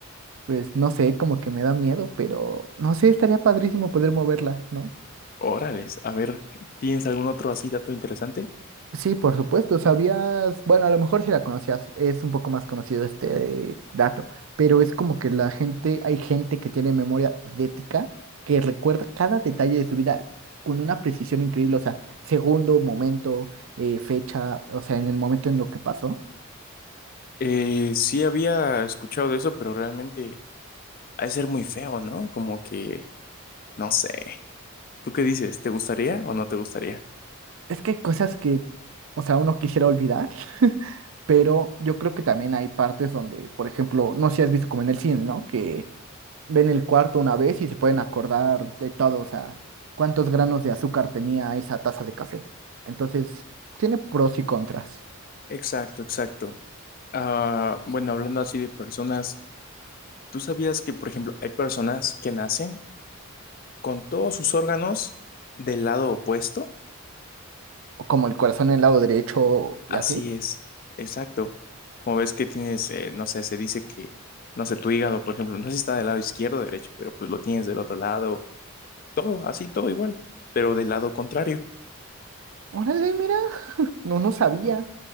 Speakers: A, on the right; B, on the left.
A: Pues no sé, como que me da miedo, pero no sé, estaría padrísimo poder moverla, ¿no?
B: Órales, a ver, ¿tienes algún otro así dato interesante?
A: Sí, por supuesto, sabías, bueno, a lo mejor si la conocías, es un poco más conocido este dato, pero es como que la gente, hay gente que tiene memoria idética, que recuerda cada detalle de su vida con una precisión increíble, o sea, segundo, momento, eh, fecha, o sea, en el momento en lo que pasó.
B: Eh, sí había escuchado de eso, pero realmente ha de ser muy feo, ¿no? Como que, no sé. ¿Tú qué dices? ¿Te gustaría o no te gustaría?
A: Es que hay cosas que, o sea, uno quisiera olvidar, <laughs> pero yo creo que también hay partes donde, por ejemplo, no sé si has visto como en el cine, ¿no? Que ven el cuarto una vez y se pueden acordar de todo, o sea, cuántos granos de azúcar tenía esa taza de café. Entonces, tiene pros y contras,
B: Exacto, exacto. Ah, bueno, hablando así de personas, ¿tú sabías que, por ejemplo, hay personas que nacen con todos sus órganos del lado opuesto?
A: o como el corazón en el lado derecho
B: Así
A: y así.
B: es, exacto. Como ves que tienes, eh, no sé, se dice que, no sé, tu hígado, por ejemplo, no sé si está del lado izquierdo o derecho, pero pues lo tienes del otro lado, todo, así, todo igual, pero del lado contrario,
A: Órale, mira, no, no sabía.